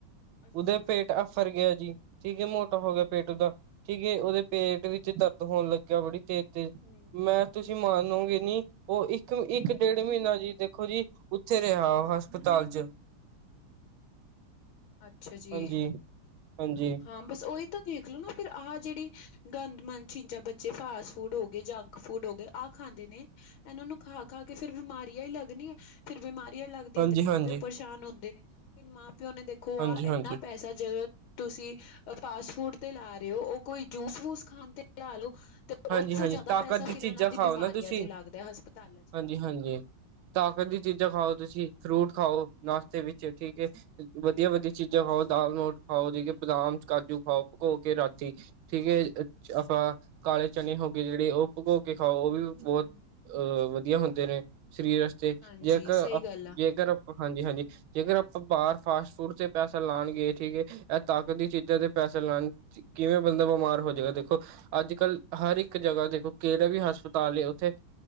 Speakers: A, on the left; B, on the right.
A: ਅੱਛਾ
B: ਉਹਦਾ ਪੇਟ ਆਫਰ ਗਿਆ ਜੀ, ਠੀਕ ਮੋਟਾ
A: ਹਾਂਜੀ
B: ਹੋ ਗਿਆ ਪੇਟ ਉਹਦਾ ਠੀਕ ਉਹਦੇ ਪੇਟ
A: ਹਮ
B: ਵਿੱਚ ਦਰਦ ਹੋਣ ਲੱਗਿਆ ਬੜੀ ਤੇਜ਼ ਤੇ
A: ਹਮ
B: ਮੈਂ ਤੁਸੀਂ
A: ਹਮ
B: ਮਾਰਨੋਗੇ ਨੀ। ਉਹ ਇੱਕ ਇੱਕ ਡੇਢ ਮਹੀਨਾ ਜੀ ਦੇਖੋ ਜੀ, ਉੱਥੇ ਰਿਹਾ
A: ਹਮ
B: ਉਹ ਹਸਪਤਾਲ ਚ।
A: ਅੱਛਾ ਜੀ,
B: ਹਾਂਜੀ ਹਾਂਜੀ
A: ਹਾਂ। ਬਸ ਉਹੀ ਤਾਂ ਦੇਖਲੋ ਨਾ ਫਿਰ ਆਹ, ਜਿਹੜੀ ਗੰਦ ਮਨ ਚੀਜਾਂ ਬ ਬੱਚੇ ਫਾਸਟ ਫੂਡ ਹੋ ਗਏ, ਜੰਕ ਫੂਡ ਹੋ ਗਏ ਆਹ ਖਾਂਦੇ ਨੇ ਇਹਨਾਂ ਨੂੰ ਖਾ ਖਾ ਕੇ ਫਿਰ ਬਿਮਾਰੀਆਂ ਹੀ ਲੱਗਦੀੀਆਂ, ਫਿਰ ਬਿਮਾਰੀਆਂ ਲੱਗਦੀ
B: ਹਾਂਜੀ
A: ਹੈ ਤੇ
B: ਹਾਂਜੀ
A: ਮਾਂ ਪਿਓ ਪਰੇਸ਼ਾਨ ਹੁੰਦੇ ਨੇ। ਫਿਰ ਮਾਂ ਪਿਓ ਨੇ ਦੇਖੋ,
B: ਹਾਂਜੀ
A: ਆਹ
B: ਹਾਂਜੀ
A: ਇੰਨਾ ਪੈਸਾ ਜ਼ਰੂਰ ਤੁਸੀਂ ਫਾਸਟ ਫੂਡ ਤੇ ਲਾ ਰਹੇ ਹੋ ਉਹ ਕੋਈ ਜੂਸ, ਵੂਸ ਖਾਣ ਤੇ ਲਾ ਲਓ।
B: ਹਾਂਜੀ
A: ਉਸ
B: ਹਾਂਜੀ
A: ਤੋਂ ਜ਼ਿਆਦਾ
B: ਤਾਕਤ
A: ਪੈਸਾ ਫਿਰ
B: ਚੀਜ਼ਾਂ
A: ਇਹਨਾਂ ਦੀ
B: ਖਾਓ
A: ਬਿਮਾਰੀਆਂ
B: ਨਾ ਤੁਸੀਂ
A: ਤੇ ਲੱਗਦਾ, ਹਸਪਤਾਲਾਂ ਚ
B: ਹਾਂਜੀ-ਹਾਂਜੀ।
A: ਲੱਗਦਾ।
B: ਤਾਕਤ ਦੀ ਚੀਜ਼ਾਂ ਖਾਓ, ਤੁਸੀਂ ਫਰੂਟ ਖਾਓ ਨਾਸ਼ਤੇ ਵਿੱਚ ਠੀਕ ਹੈ। ਵਧੀਆ, ਵਧੀਆ ਚੀਜ਼ਾਂ ਖਾਓ, ਦਾਲ ਮੋਟ ਖਾਓ ਜ ਬਦਾਮ ਕਾਜੂ ਖਾਓ ਭਕੋ ਕੇ ਰਾਤੀ। ਠੀਕ ਹੈ। <unintelligible> ਕਾਲੇ ਚਨ ਹੋ ਗਏ ਜਿਹੜੇ ਉਹ ਭਗੋ ਕੇ ਖਾਓ ਉਹ ਵੀ
A: ਹੂੰ
B: ਬਹੁਤ ਅਹ ਵਧੀਆ ਹੁੰਦੇ ਨੇ। ਸਰੀਰ ਤੇ
A: ਹਾਂਜੀ
B: ਜੇਕਰ,
A: ਸਹੀ ਗੱਲ ਆ
B: ਜੇਕਰ ਹਾਂਜੀ, ਹਾਂਜੀ। ਜੇਕਰ ਆਪਾਂ ਬਾਹਰ ਫਾਸਟ ਫੂਡ ਤੇ ਪੈਸਾ ਲਾਉਣਗੇ ਠੀਕ ਹੈ ਇਹ ਤਾਕਤ ਦੀ ਚੀਜ਼ਾਂ ਤੇ ਪੈਸਾ ਲਾਉਣ ਕਿਵੇਂ ਬੰਦਾ ਬਿਮਾਰ ਹੋ ਜਾਏਗਾ? ਦੇਖੋ ਅੱਜ ਅ ਕੱਲ ਹਰ ਇੱਕ ਜਗ੍ਹਾ ਦੇਖੋ ਕੇੜਾ ਵੀ ਹਸਪਤਾਲ, ਉੱਥੇ